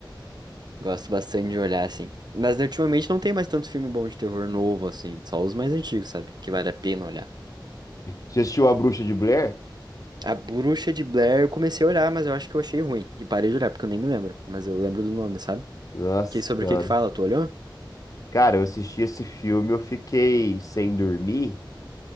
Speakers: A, on the right; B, on the left.
A: Gosto bastante de olhar assim. Mas né, ultimamente não tem mais tanto filme bom de terror novo assim. Só os mais antigos, sabe? Que vale a pena olhar.
B: Já assistiu A Bruxa de Blair?
A: A Bruxa de Blair eu comecei a olhar, mas eu acho que eu achei ruim. E parei de olhar, porque eu nem me lembro. Mas eu lembro do nome, sabe?
B: Nossa
A: Que sobre
B: Senhora.
A: o que que fala? Tu olhou?
B: Cara, eu assisti esse filme, eu fiquei sem dormir.